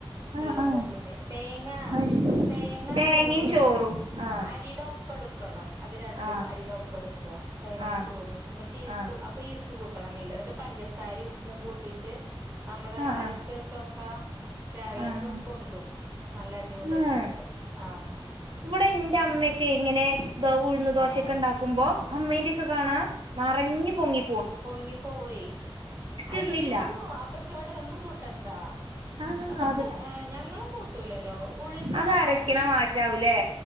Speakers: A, on the right (about 30°); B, on the right (about 65°).
A: വെള്ളേപ്പത്തിന്
B: ആഹ് ആഹ്
A: തേങ്ങ
B: അത് ശരി
A: തേങ്ങ
B: തേങ്ങയും
A: ചോറ്
B: ചോറും ആഹ്
A: അരിയുടെ ഒപ്പം എടു ക്കണം അത് രണ്ടും
B: ആഹ്
A: അരിയുടെ ഒപ്പം എടുക്കുക തേങ്ങയും
B: ആഹ്
A: ചോറും എന്നിട്ട് ഈസ്റ്റ്
B: ആഹ്
A: അപ്പം ഈ സ്റ്റ് കൂട്ടണം എന്നില്ല എന്നിട്ട് പഞ്ചസാരയും ഉപ്പും കൂട്ടീയിട്ട് നമ്മള്
B: ആഹ്
A: അരച്ച്
B: ആഹ്
A: വെച്ചോക്കാം രാവിലേക്ക്‌
B: ആഹ് ആഹ്
A: ഒന്ന് പൊന്തും നല്ല അടിപൊളിയായിട്ട്
B: ആഹ്
A: കിട്ടും ആഹ്
B: ഇവിടെ ഇന്റെ അമ്മയൊക്കെ ഇങ്ങനെ ഉഴുന്ന് ദോശയൊക്കെ
A: ആഹ്
B: ഉണ്ടാക്കുമ്പോ അമ്മേന്റെയൊക്കെ കാണാം നിറഞ്ഞ് പൊങ്ങി
A: പൊങ്ങിപ്പോവേ അയില്
B: ഇടുന്നില്ല
A: ഈസ്റ്റും <unintelligible> ഒന്നും കൂട്ടണ്ടാ
B: ആഹ്
A: അതൊക്കെ
B: അത്
A: ഞങ്ങളും കൂ ഇല്ലല്ലോ ഉഴുന്ന്
B: അത് അരക്കണ
A: അരി
B: മാറ്റാവൂലേ